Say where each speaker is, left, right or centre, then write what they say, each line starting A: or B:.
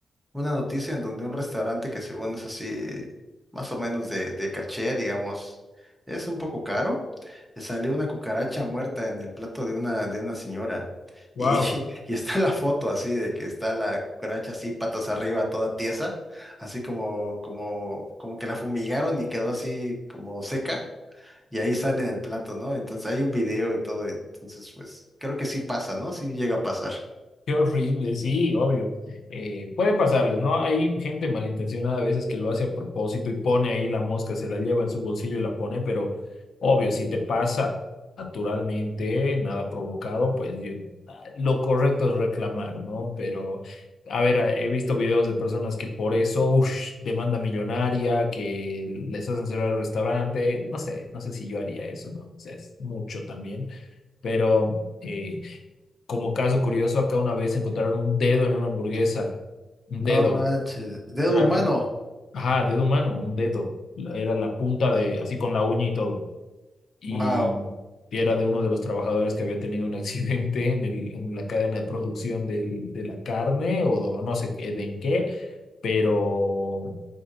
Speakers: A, in the centre; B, on the left.
A: una noticia en donde un restaurante que según es así, más o menos de, de caché, digamos, es un poco caro, le salió una cucaracha muerta en el plato de una, de una señora.
B: wow.
A: Y, <laughs> y está la foto así de que está la cucaracha así, patas arriba, toda tiesa, así como, como, como que la fumigaron y quedó así como seca, y ahí sale en el plato, ¿no? Entonces hay un video y todo, entonces pues creo que sí pasa, ¿no? Sí llega a pasar.
B: Qué horrible, sí, obvio. Eh, puede pasarles, ¿no? Hay gente malintencionada a veces que lo hace a propósito y pone ahí la mosca, se la lleva en su bolsillo y la pone, pero obvio, si te pasa naturalmente, nada provocado, pues yo- ah, lo correcto es reclamar, ¿no? Pero, a ver, a- he visto videos de personas que por eso, uff, demanda millonaria, que les hacen cerrar el restaurante, no sé, no sé si yo haría eso, ¿no? O sea, es mucho también, pero... eh, como caso curioso, acá una vez encontraron un dedo en una hamburguesa. Un
A: No
B: dedo,
A: manches, dedo
B: literalmente.
A: humano.
B: Ajá, dedo humano, un dedo. La- Era la punta de, así con la uña y todo. Y
A: Wow.
B: era de uno de los trabajadores que había tenido un <laughs> accidente en el, en la cadena de producción del- de la carne o do- no sé qué- de en qué, pero